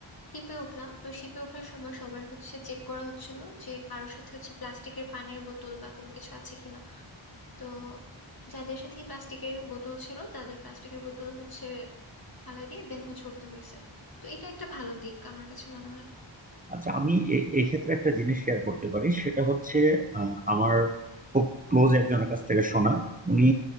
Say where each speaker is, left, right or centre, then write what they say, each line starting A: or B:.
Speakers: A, on the left; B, on the right.
A: শিপে উঠলাম তো শিপে ওঠার সময় সবার হচ্ছে চেক করা হচ্ছিল যে কারোর সাথে হচ্ছে প্লাস্টিকের পানির বোতল বা কোনো কিছু আছে কিনা তো যাদের সাথে প্লাস্টিকের বোতল ছিল তাদের প্লাস্টিকের বোতল হচ্ছে ফালাই দিয়ে দেন হচ্ছে উঠতে হয়েছে তো এটা একটা ভালো দিক আমার কাছে মনে হয়
B: আচ্ছা আমি এ- এক্ষেত্রে একটা জিনিস শেয়ার করতে পারি সেটা হচ্ছে আহ, আমার খুব ক্লোজ একজনের কাছ থেকে শোনা উনি